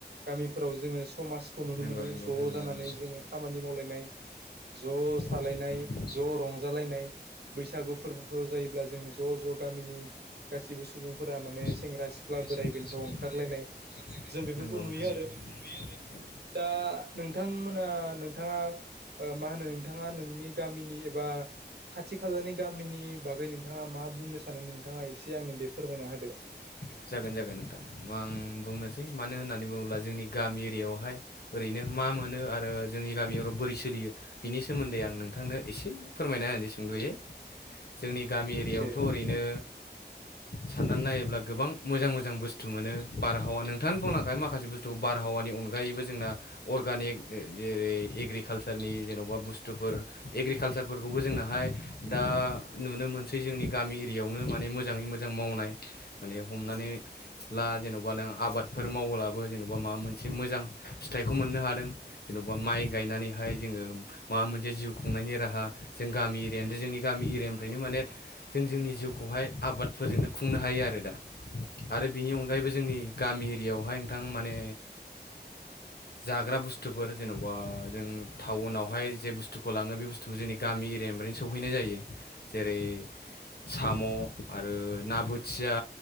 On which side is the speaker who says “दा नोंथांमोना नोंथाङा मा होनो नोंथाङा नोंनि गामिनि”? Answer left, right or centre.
Right